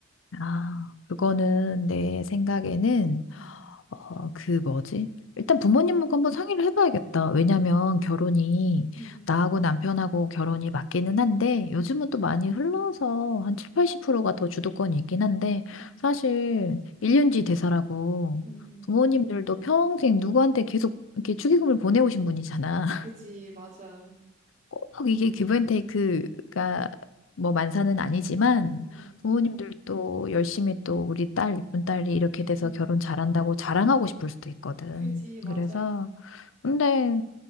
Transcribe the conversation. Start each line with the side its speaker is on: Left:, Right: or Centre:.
Left: 아, 그거는 내 생각에는
Right: 응,
Left: 어, 그 뭐지? 일단 부모님하고 한번 상의를 해봐야겠다. 왜냐면 결혼이
Right: 응, 응,
Left: 나하고 남편하고 결혼이 맞기는 한데 요즘은
Right: 응,
Left: 또 많이 흘러서 한 7, 80%가 더 주도권이 있긴 한데
Right: 응,
Left: 사실 일륜지 대사라고
Right: 응, 응.
Left: 부모님들도 평생 누구한테 계속 이렇게 축의금을 보내오신 분이잖아.
Right: 그지, 맞아.
Left: 꼭 이게 기브앤테이크가 뭐 만사는 아니지만
Right: 응, 응,
Left: 부모님들도 열심히 또 우리 딸 이쁜 딸이 이렇게 돼서
Right: 응.
Left: 결혼 잘한다고 자랑하고
Right: 응,
Left: 싶을 수도 있거든.
Right: 그지, 맞아.
Left: 그래서 근데